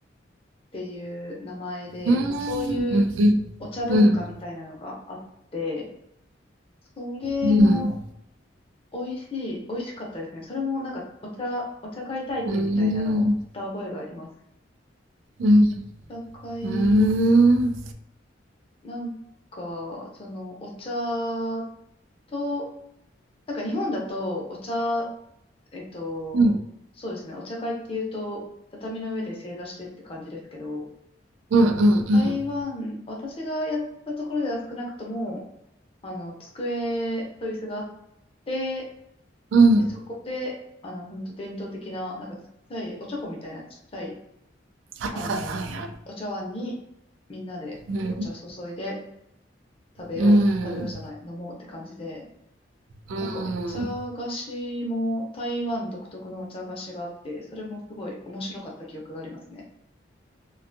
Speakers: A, on the left; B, on the right.
A: っていう名前で、
B: うーん、
A: もうそういう
B: うん、
A: お茶文化みたいなのがあって、
B: うん、
A: それも
B: うん、
A: 美味しい、美味しかったですね。それもなんかお茶、お茶会体験みたいなのをした覚えがあります。
B: うん、うん、うん、
A: お茶会、
B: うん、
A: なんか、そのお茶と、なんか日本だとお茶、えっと、
B: う
A: そうですね、お茶会っていうと、畳の上で正座してって感じですけど、
B: ん、うん、うん、うん、
A: 台湾、私がやったところでは少なくとも、あの、机と椅子があって、
B: うん、
A: で、そこで、あの、本当伝統的な、なんかちっちゃい、おちょこみたいなちっちゃい、
B: はいはいはいはい。
A: あの、お茶碗にみんなでお茶注いで
B: うん
A: 食べよう、
B: うん、
A: 食べようじゃない、飲もうって感じで、
B: うん、う
A: なんかお茶菓子も台湾独特のお茶菓子があって、それもすごい面白かった記憶がありますね。